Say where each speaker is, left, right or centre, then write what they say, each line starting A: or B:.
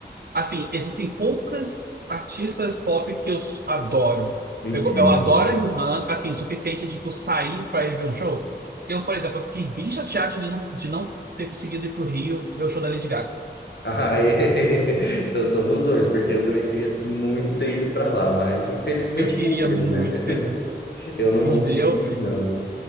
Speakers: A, on the right; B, on the left.
A: Assim, existem poucas artistas pop que eu s- adoro.
B: eu entendo.
A: Eu, go- eu adoro a Rihanna, assim, o suficiente de tipo, sair pra ir ver um show. Eu, por exemplo, eu fiquei bem chateado de não, de não ter conseguido ir pro Rio ver o show da Lady Gaga.
B: Ah, <laughs> Então somos dois, porque eu também queria muito ter ido para lá, mas infelizmente
A: Eu queria
B: não deu,
A: muito
B: né?
A: ter ido.
B: Eu não
A: Não
B: consegui,
A: deu.
B: não.